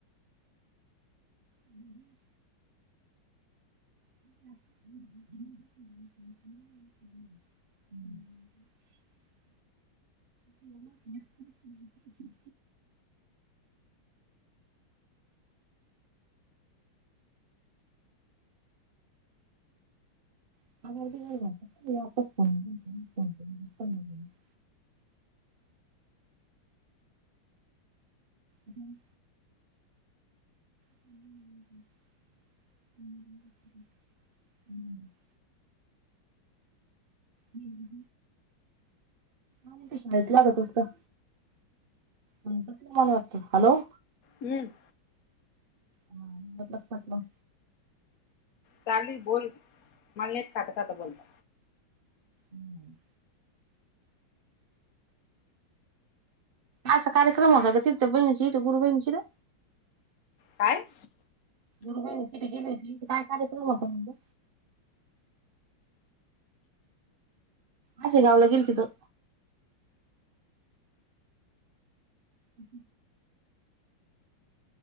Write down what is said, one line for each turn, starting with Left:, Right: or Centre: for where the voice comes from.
Right: हम. <inaudible> हम्म. हो. अग घो हम्. ह् ह हम् ह हम्. हम् हम. तेशाच लाग तस का. कस मला वाटतं. हॅलो.
Left: हम्म.
Right: हा मल मतल
Left: चालू आहे बोल मला नाही खातं खातं बोलत.
Right: हम्म. आा कार्यक्रम होत का तिथ बणीणची गुरु बणीचीला
Left: काय?
Right: गुरुई टिकी भेटली काय करायच नाही म आपण म अशे नावला गेल्ती तो अ